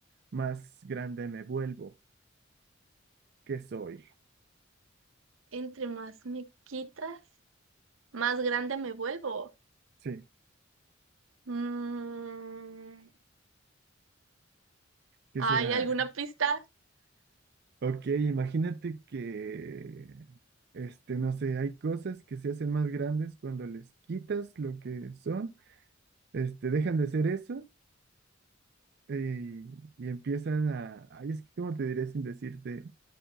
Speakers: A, on the right; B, on the right.
A: más grande me vuelvo. ¿Qué soy?
B: Entre más me quitas, más grande me vuelvo.
A: Sí,
B: Mm,
A: ¿qué
B: ¿hay
A: será?
B: alguna pista?
A: Ok, imagínate que, este, no sé, hay cosas que se hacen más grandes cuando les quitas lo que son, este, dejan de ser eso Y, y empiezan a, ay, es que cómo te diré sin decirte,